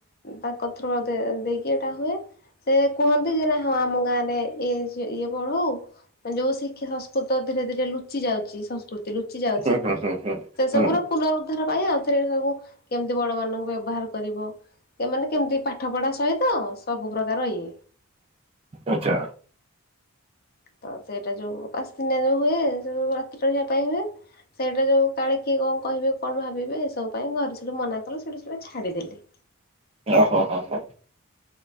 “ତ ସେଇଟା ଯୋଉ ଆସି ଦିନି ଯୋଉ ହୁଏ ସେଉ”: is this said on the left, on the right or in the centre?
Left